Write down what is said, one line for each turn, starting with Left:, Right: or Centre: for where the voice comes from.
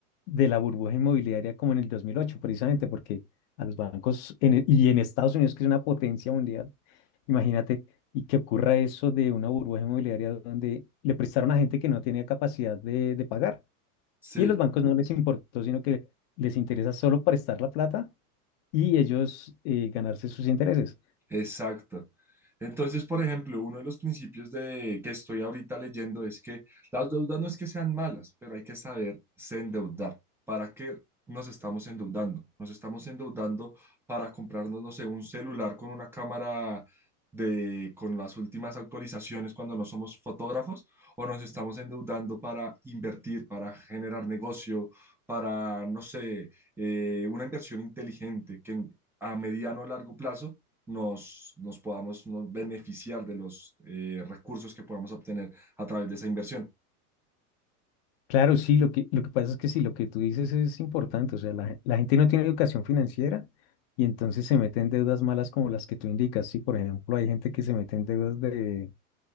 Left: la burbuja inmobiliaria como en el 2008, precisamente porque a los bancos en e- y en Estados Unidos, que es una potencia mundial, imagínate, y que ocurra eso de una burbuja inmobiliaria donde le prestaron a gente que no tenía capacidad de, de pagar.
Centre: Sí.
Left: Y a los bancos no les importó, sino que les interesa solo prestar la plata y ellos eh, ganarse sus intereses.
Centre: Exacto. Entonces, por ejemplo, uno de los principios de que estoy ahorita leyendo es que las deudas no es que sean malas, pero hay que saberse endeudar. ¿Para qué nos estamos endeudando? Nos estamos endeudando para comprarnos, no sé, un celular con una cámara de con las últimas actualizaciones cuando no somos fotógrafos, o nos estamos endeudando para invertir, para generar negocio, para, no sé, eh, una inversión inteligente que en- a mediano o largo plazo nos, nos podamos nos beneficiar de los eh, recursos que podamos obtener a través de esa inversión.
Left: Claro, sí, lo que, lo que pasa es que sí, lo que tú dices es importante, o sea, la, la gente no tiene educación financiera y entonces se mete en deudas malas como las que tú indicas, sí, por ejemplo, hay gente que se mete en deudas de,